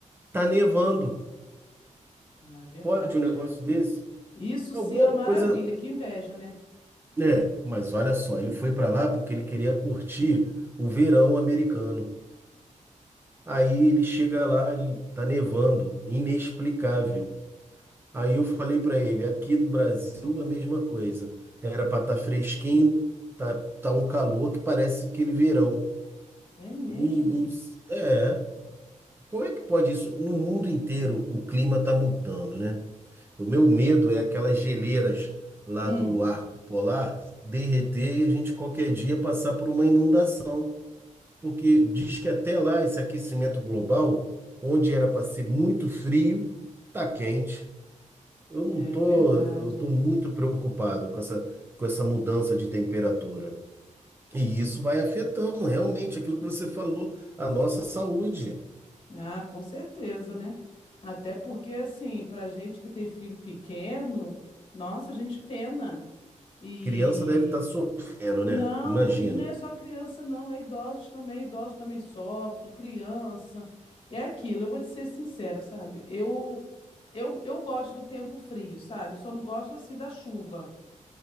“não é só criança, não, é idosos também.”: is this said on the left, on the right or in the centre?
Left